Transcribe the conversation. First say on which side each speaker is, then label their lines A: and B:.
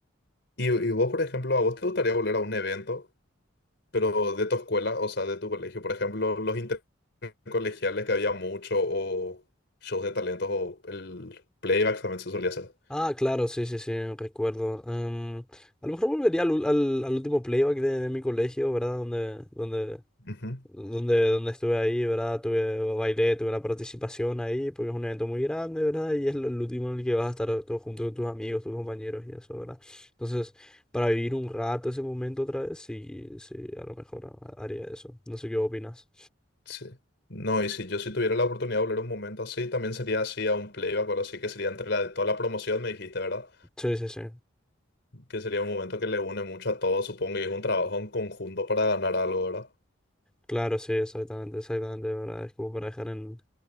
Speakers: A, on the left; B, in the centre.
A: Y, y vos, por ejemplo, ¿a vos te gustaría volver a un evento, pero de tu escuela, o sea, de tu colegio? Por ejemplo, los intercolegiales que había mucho, o shows de talentos, o el playback también se solía hacer.
B: Ah, claro, sí, sí, sí, recuerdo. Em, a lo mejor volvería al, ul- al, al último playback de, de mi colegio, ¿verdad? Donde, donde
A: Ujú,
B: donde, donde estuve ahí, ¿verdad? Tuve, bailé, tuve una participación ahí, porque es un evento muy grande, ¿verdad? Y es lo- el último en el que vas a estar todo junto con tus amigos, tus compañeros y eso, ¿verdad? Entonces, para vivir un rato ese momento otra vez, sí, sí, a lo mejor ha- haría eso. No sé qué opinas.
A: Sí. No, y si yo si tuviera la oportunidad de volver un momento así, también sería así a un playback o algo así, que sería entre la de toda la promoción, me dijiste, ¿verdad?
B: Sí, sí, sí.
A: Que sería un momento que le une mucho a todos, supongo, y es un trabajo en conjunto para ganar algo, ¿verdad?
B: Claro, sí, exactamente, exactamente, ¿verdad? Es como para dejar en,